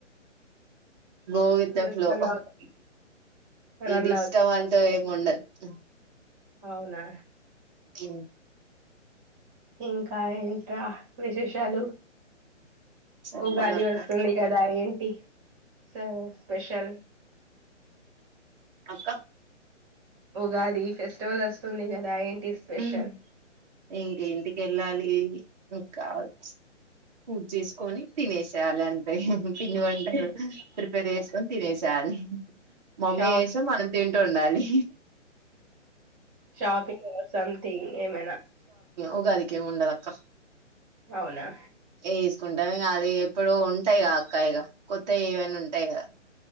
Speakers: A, on the right (about 35°); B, on the right (about 20°).
A: go with the
B: just
A: flow
B: run అవుతాయి రన్
A: ఇది
B: అవుతాయి
A: ఇష్టం అంటూ ఏమి ఉండదు అ
B: అవునా
A: ఉమ్,
B: ఇంకా ఇన్ విశేషాలు
A: చెప్పాలక్క
B: ఉగాది వస్తుంది కదా ఏంటి స లీ ఈ స్పెషల్
A: అక్క
B: ఉగాది ఫెస్టివల్ వస్తుంది కదా ఏంటి స్పెషల్
A: ఉమ్ ఇంక ఇంటికి వెళ్ళాలి ఇంక కావచ్చ పూజ చేసుకొని తినేసేయాలి అంతే పిన్ని వంటలు ప్రిపేర్ చేసుకొని తినేసేయాలి మమ్మీ
B: షాప్
A: వేస్తే మనం తింటూ ఉండాలి
B: షాప్ ఇంక మూస్తాంది ది ఏమైన
A: ఉగాది కె ఉండదక్క
B: అవున
A: ఏసుకుంటాం ఇంకా అది ఎప్పుడు ఉంటాయి క అక్కయిక కొత్తవి ఏవనా ఉంటాయి కదా